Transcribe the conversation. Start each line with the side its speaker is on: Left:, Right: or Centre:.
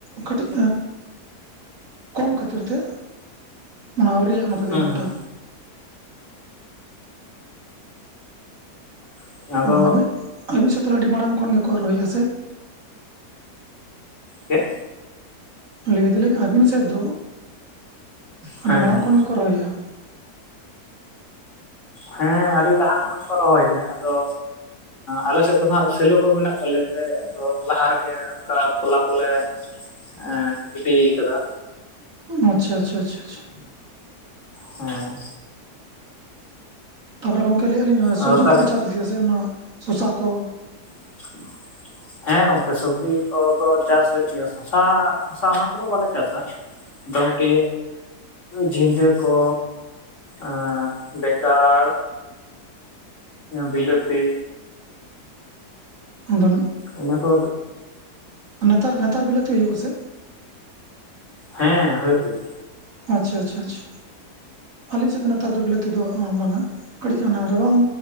Right: ᱠᱟᱹᱴᱤᱡ ᱠᱚᱢ ᱠᱷᱟᱹᱛᱤᱨ ᱛᱮ ᱢᱟᱱᱮ ᱟᱣᱨᱤᱭᱟᱜᱼᱟ ᱱᱟᱛᱮ ᱫᱚ
Left: ᱦᱩᱸ
Right: ᱩᱱᱟᱹᱜᱴᱟ
Left: ᱦᱩᱸ ᱚ ᱟᱫᱚ
Right: ᱟᱹᱵᱤ ᱟᱹᱵᱤᱱ ᱥᱮᱫ ᱛᱟᱦ ᱟᱹᱰᱤ ᱢᱟᱲᱟᱝ ᱠᱷᱚᱱ ᱜᱮᱠᱚ ᱨᱚᱦᱚᱭᱮᱫᱼᱟ ᱥᱮ᱾
Left: ᱪᱮᱫ
Right: ᱞᱟᱹᱭ ᱮᱫᱟᱞᱤᱧ ᱟᱹᱵᱤᱱ ᱥᱮᱫ ᱫᱚ ᱟᱹᱰᱤ
Left: ᱦᱮᱸ
Right: ᱢᱟᱲᱟᱝ
Left: ᱦᱮᱸ
Right: ᱠᱷᱚᱱ ᱜᱮᱠᱚ ᱨᱚᱦᱚᱭᱮᱫᱼᱟ?
Left: ᱦᱮᱸ ᱟᱹᱰᱤ ᱞᱟᱦᱟ ᱠᱷᱚᱱ ᱜᱮᱠᱚ ᱨᱚᱦᱚᱭᱮᱫᱟ ᱟᱫᱚ ᱟᱞᱮ ᱥᱮᱫ ᱫᱚ ᱱᱟᱜ ᱥᱮᱞᱚ ᱠᱚ ᱢᱮᱱᱟᱜ ᱛᱟᱞᱮᱱ ᱛᱮ ᱟᱫᱚ ᱞᱟᱦᱟ ᱨᱮᱜᱮ ᱚᱱᱠᱟ ᱛᱚᱞᱟ ᱠᱚᱞᱮ ᱮᱸ ᱜᱤᱰᱤᱭ ᱠᱟᱫᱟ᱾
Right: ᱟᱪᱪᱷᱟᱪᱪᱷᱟ ᱟᱪᱷᱟ ᱪᱷᱟ᱾
Left: ᱦᱮᱸ
Right: ᱛᱟᱯᱚᱨᱮ ᱜᱚᱝᱠᱮ ᱞᱟᱹᱭᱮ-ᱟᱞᱤᱧ
Left: ᱟᱫᱚ
Right: ᱥᱚᱵᱽᱡᱤ
Left: ᱛᱟᱦᱚᱞᱮ
Right: ᱠᱚᱯᱮ ᱪᱟᱥ ᱜᱮᱭᱟ ᱥᱮ ᱚᱱᱟ ᱥᱚᱥᱟ ᱠᱚ?
Left: <unintelligible> ᱦᱮᱸ ᱜᱚᱝᱠᱮ ᱥᱚᱵᱽᱡᱤ ᱠᱚᱫᱚ ᱪᱟᱥ ᱦᱩᱭᱩᱜ ᱜᱮᱭᱟ ᱥᱚᱥᱟ ᱥᱚᱥᱟ ᱚᱱᱟ ᱠᱚᱫᱚ ᱵᱟᱞᱮ ᱪᱟᱥᱥᱟᱹ᱾ ᱫᱚᱟᱹᱣᱴᱤ ᱡᱷᱤᱸᱜᱟᱹ ᱠᱚ᱾ ᱟᱸ ᱵᱮᱸᱜᱟᱲ ᱵᱤᱞᱟᱹᱛᱤ᱾
Right: ᱟᱫᱚ
Left: ᱤᱱᱟᱹ ᱠᱚ
Right: ᱱᱮᱛᱟᱨ ᱱᱮᱛᱟᱨ ᱵᱤᱞᱟᱹᱛᱤ ᱦᱩᱭᱩᱜᱼᱟ ᱥᱮ᱾
Left: ᱦᱮᱸ ᱦᱩᱭᱩᱜ ᱜᱮᱭᱟ᱾
Right: ᱟᱪᱪᱷᱟ ᱟᱪᱪᱷᱟ ᱟᱪᱷᱟ ᱟᱞᱤᱧ ᱥᱮᱫ ᱫᱚ ᱱᱮᱛᱟᱨ ᱫᱚ ᱵᱤᱞᱟᱹᱛᱤ ᱫᱚ ᱵᱟᱝ-ᱟ᱾ ᱠᱟᱹᱴᱤᱡ ᱨᱟᱵᱟᱝ,